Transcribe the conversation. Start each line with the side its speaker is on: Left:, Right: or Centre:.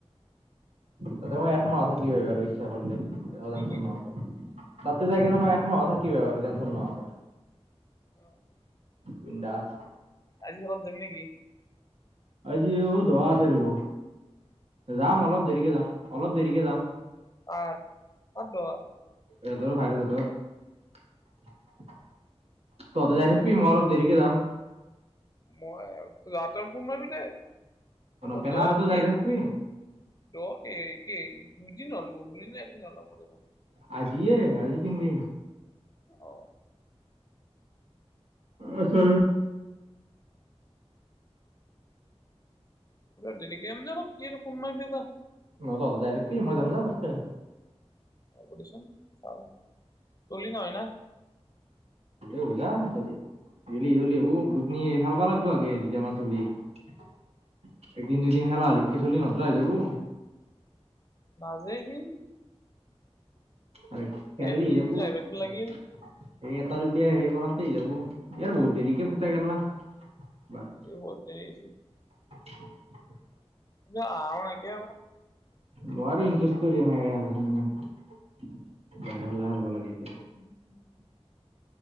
Right: ততে মই এক মাহ থাকিব আৰু ইচ্ছা কৰিলে ।
Left: কি কি
Right: তাতে যায় কিনে মই একমাহত থাকিবি আৰু টেনশ্যন নহকে।
Left: আহ <inaudible>
Right: বি দাস
Left: আজিৰ ঘৰত জাবি নেকি?
Right: আজি অ দোৱা আছে বু যাম অলপ দেৰিকে যাম অলপ দেৰিকে যাম।
Left: আৰু প দোৱা
Right: এ তৰ ভাৰ থত তহতে যাই থাকিবি মই অলপ দেৰিকে যাম।
Left: মই যাওঁতে সোমাবি দে।
Right: পেনাৰতো
Left: দহক
Right: যাই থাকিবি
Left: দহক <unintelligible> দুইদিন হ'ল দুদিন একদিন হল ম দেম।
Right: আজিয়ে আজি তিনিদিন।
Left: অ
Right: আচ্ছা।
Left: দৰিক আম দে কি কোন মাৰ পা
Right: নহত ডাইৰেক্ট মজামম যা প
Left: হ'ব দেচোন চাওঁ চলি নহয় না
Right: হবু যা চলি গেলি চলি হব গুটনী খেলবা লাগিব আগে দুটামান চলি <unintelligible> এদিন দুদিন খেলা লিককে চলি নতই যাবু
Left: নাযায় যি
Right: আৰে কেলি
Left: একদিন
Right: যাবো।
Left: আহিবাতো লাগিল
Right: এই এটা দুতিয়া হেই কৰাতে স যাব ইয়াৰ বহুত দেৰিকে পোতা গল না। এইবাৰ
Left: এইবতে ।
Right: <inaudible>
Left: এ নকে বা <unintelligible>
Right: নোৱাৰো ইটাৰেষ্ট দিয় বাহালমান বাহ হাল হালব লাগে এতিয়া।
Left: উম উম উম।